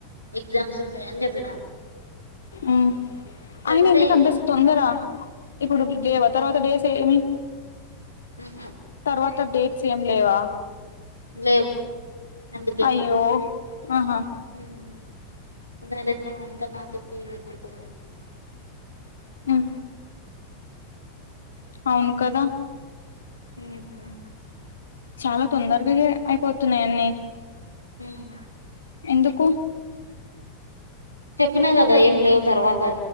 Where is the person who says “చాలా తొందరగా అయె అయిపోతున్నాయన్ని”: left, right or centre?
Left